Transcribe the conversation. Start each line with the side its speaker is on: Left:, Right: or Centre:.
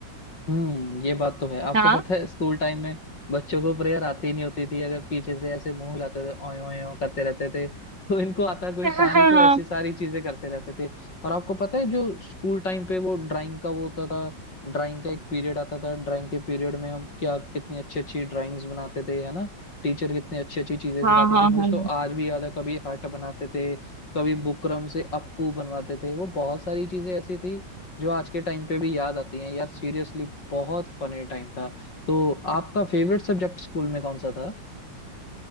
Left: हम्म ये बात तो है आपको
Right: हाँ
Left: पता है स्कूल टाइम में बच्चों को प्रेयर आती नहीं होती थी अगर पीछे से ऐसे मुंह हिलाते थे ओए ओए ओए करते रहते थे तो इनको आता
Right: <laughs>
Left: कुछ
Right: हाँ
Left: था
Right: हाँ
Left: नहीं तो
Right: हाँ
Left: ऐसी सारी चीजें करते रहते थे और आपको पता है जो स्कूल टाइम पे वो ड्राइंग का वो होता था ड्राइंग का एक पीरियड आता था ड्राइंग के पीरियड में हम क्या कितनी अच्छी अच्छी ड्राइंग्स बनाते थे है ना टीचर कितनी अच्छी अच्छी चीजें सिखाती
Right: हाँ हाँ
Left: थी मुझे
Right: हाँ
Left: तो आज भी याद है कभी हट बनाते थे कभी बुकरम से अप्पू बनवाते थे वो बहुत सारी चीजें ऐसी थी जो आज के टाइम पे भी याद आती हैं यार सीरियसली बहुत फनी टाइम था तो आपका फेवरेट सब्जेक्ट स्कूल में कौन सा था